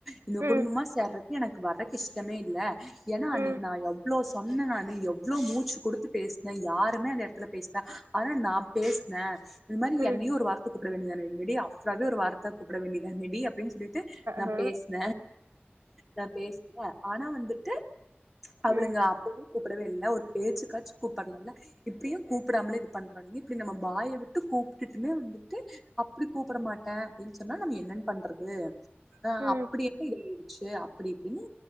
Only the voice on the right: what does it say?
ம்
ம்
ம்
ம்
ம்
ம்